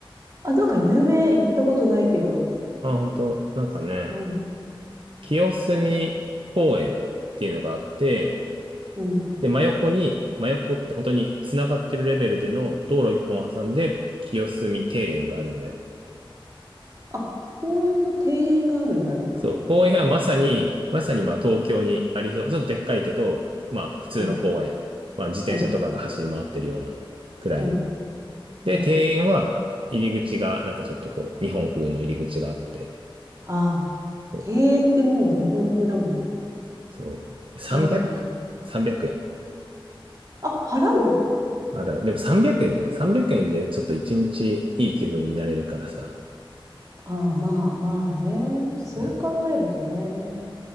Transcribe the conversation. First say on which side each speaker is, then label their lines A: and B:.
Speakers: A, on the right (about 40°); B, on the right (about 70°).
A: あ、なんか有名行ったことないけど。
B: あ、本当なんかね、
A: うん、
B: 清澄公園っていうのがあって、
A: うん。
B: で、真横に、真横って本当に繋がってるレベルでの道路一本を挟んで清澄庭園があるんだよ。
A: あ、公園と庭園があるんだね。
B: そう、公園はまさに、まさにまあ東京にありそう、ちょっとでっかいけど、まあ普通の公園。
A: うん、
B: まあ自転車とかが走り回ってるようなくらいの。
A: うん、うん、
B: で、
A: うん。
B: 庭園は入り口がなんかちょっとこう、日本風の入り口があって、
A: ああ、
B: そう、
A: 庭園ってもう日本風だもんね。
B: そう、300、
A: なんか、はい。
B: 円。
A: あ、払うの
B: あら、でも300円だよ。300円でちょっと一日いい気分になれるからさ。
A: ああ、まあ、まあね。そう考えるとね。
B: うん。